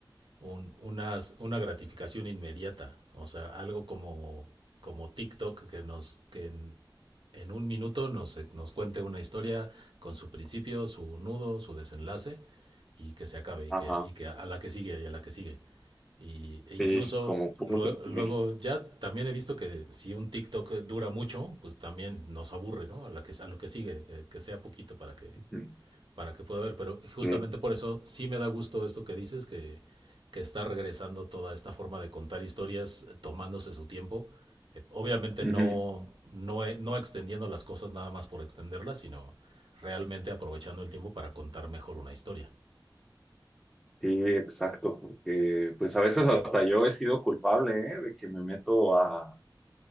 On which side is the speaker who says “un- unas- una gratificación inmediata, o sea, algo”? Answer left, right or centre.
Right